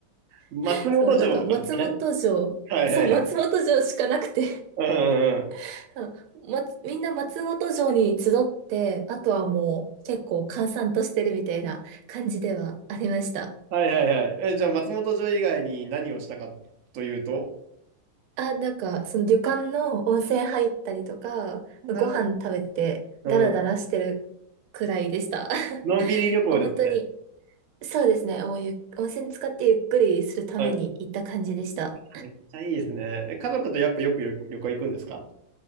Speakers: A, on the right (about 70°); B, on the right (about 85°).
A: 松本城とかですかね。
B: <laughs> そう、なんか松本城、
A: はいはいはい。
B: そう、松本城しかなくて、
A: うんうんうん。
B: <laughs> そう松みんな松本城に集って、あとはもう結構閑散としてるみたいな感じではありました。
A: はいはいはい。え、じゃあ松本城以外に何をしたかというと、
B: あ、なんかその旅館の温泉入ったりとか、
A: なるほど。
B: ご飯食べてダラダラしてるくらいでした。
A: うん。のんびり旅行ですね。
B: <laughs> もう本当にそうですね。もうゆ、温泉使ってゆっくりするために行った感じでした。
A: はい。めっちゃいいですね。え、家族とやっぱよく旅旅行行くんですか